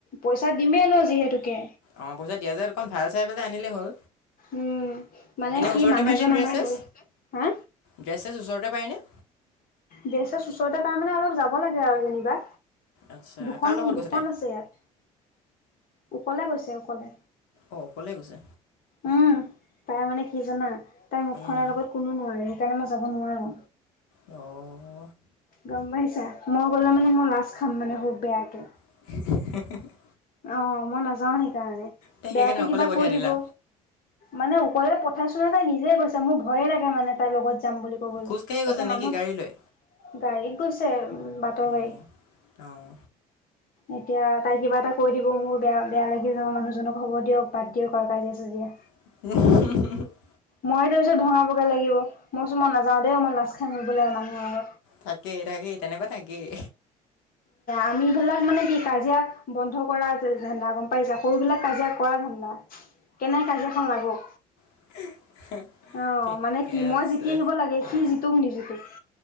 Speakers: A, on the left; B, on the left.
A: পইচা দিমেই ন যিহেতুকে।
B: অ', পইচা দিয়া যায় অকণ ভাল চাই আনিলেই হ'ল।
A: উম মানে
B: এনে
A: কি
B: ওচৰতে
A: মানুহজন
B: পায়নে ড্ৰেছ
A: আমাৰ
B: চেছ,
A: গ'ল হা
B: ড্ৰেছ চেছ ওচৰতে পায়নে?
A: ড্ৰেছ চেছ ওচৰতে পাই মানে অলপ যাব লাগে আৰু যেনিবা।
B: আচ্ছা
A: দুখন
B: কাৰ লগত
A: দুখন
B: গৈছে তাই
A: আছে ইয়াত অকলে গৈছে অকলে।
B: অ', অকলে গৈছে!
A: উম, তাই মানে কি জানা তাই মুখখনৰ
B: উম,
A: লগত কোনো নোৱাৰে সেইকাৰণে মই যাব নোৱাৰো।
B: অ'।
A: গম পাইছা, মই গ'লে মানে মই লাজ খাম মানে খুব বেয়াকে।
B: <unintelligible>
A: অ' মই নাযাও সেইকাৰণে,
B: তাই সেইকাৰণে
A: বেয়াকে
B: অকলে
A: কিবা
B: পঠিয়াই
A: কৈ
B: দিলা
A: দিব। মানে ওকলে পঠাইছেনে তাই নিজে গৈছে, মোৰ ভয়ে লাগে মানে তাইৰ লগত যাম বুলি কবলে,
B: খোজকাঢ়ি গৈছে
A: এতিয়া
B: নেকি
A: মানুহক
B: গাড়ী লৈ
A: গাড়ীত গৈছে উ বাটৰ
B: অঁ
A: গাড়ী।
B: অঁ
A: এতিয়া তাই কিবা এটা কৈ দিব মোৰ বেয়া বেয়া লাগি যাব মানুহজনক খবৰ দিয়ক বাদ দিয়ক আৰু কাজিয়া চাজিয়া।
B: <unintelligible>
A: মই তাৰ পিছত ধঙাবগে লাগিব, মই কৈছো মই নাযাও দেই মই লাচ খাই <unintelligible> মানুহৰ আগত।
B: থাকেই থাকেই তেনেকুৱা থাকেই।
A: আমি বিলাক মানে কি কাজিয়া বন্ধ কৰা ধা গম পাইছা সৰু বিলাক কাজিয়া কৰা ধান্দা, কেনেকে কাজিয়া খন লাগো।
B: <unintelligible>
A: অ'
B: ঠিকে
A: মানে কি মই
B: আছে
A: জিতি আহিব লাগে সি <unintelligible>